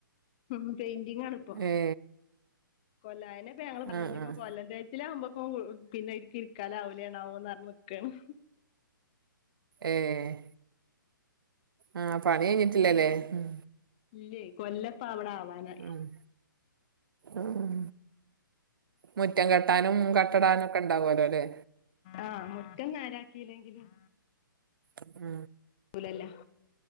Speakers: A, on the left; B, on the right.
A: ഉം പെയിന്റിങ്ങാണ്പ്പൊ
B: ഏ
A: കൊല്ലായന്നെപ്പോ ഞങ്ങള് പറഞ്ഞ്
B: ആ
A: ഇഞ്ഞിപ്പൊ
B: ആ
A: കൊല്ലന്റെ തിലാകുമ്പക്കൂ പിന്നെ ഇതിക്ക് ഇരിക്കാലാവൂലേന്നാവോന്നറഞ്ഞ് നിക്കാണ്
B: ഏഹ് ആഹ് പണി കഴിഞ്ഞിട്ടില്ലല്ലേ
A: കൊല്ലം
B: ഉം
A: ഇല്ലേ. കൊല്ലപ്പവടെ ആവാനായി
B: ഉം ഉം മുറ്റം കെട്ടാനും കട്ടടാനും ഒക്കെണ്ടാവോലോല്ലേ
A: ആ മുറ്റം നേരാക്കിലെങ്കിലും
B: ഉം
A: ഊ ലല്ല